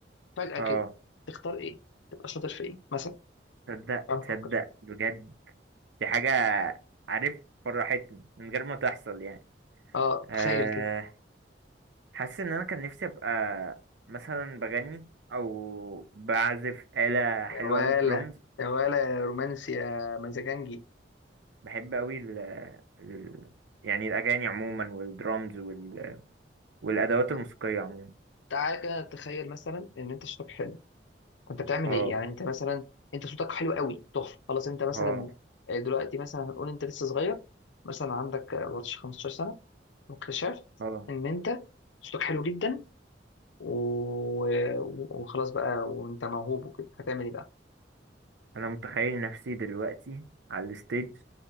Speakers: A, on the left; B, on the right.
A: فجاه
B: اه
A: كده تختار ايه تبقى شاطر في ايه مثلا
B: تصدق
A: تعال نفكر
B: تصدق بجد دي حاجة عارف فرحتني من غير ما تحصل يعني
A: اه
B: آه
A: تخيل كده
B: حاسس ان انا كان نفسي ابقى مثلا بغني او بعزف آلة حلوة
A: يا ولا
B: قوي درامز
A: يا ولا يا رومانسي يا مزاجنجي
B: بحب قوي ال ال يعني الاغاني عموما والدرامز وال والادوات
A: طب
B: الموسيقية عموما
A: تعالى كده تخيل مثلا ان انت صوتك حلو كنت بتعمل
B: اه
A: ايه يعني انت مثلا انت صوتك حلو قوي تحفه خلاص انت مثلا
B: اه
A: آه، دلوقتي مثلا هنقول انت لسه صغير مثلا عندك 14 15 سنه واكتشفت
B: اه
A: ان انت صوتك حلو جدا و- وخلاص بقى وانت موهوب وكده هتعمل ايه بقى
B: انا متخيل نفسي دلوقتي على الستيج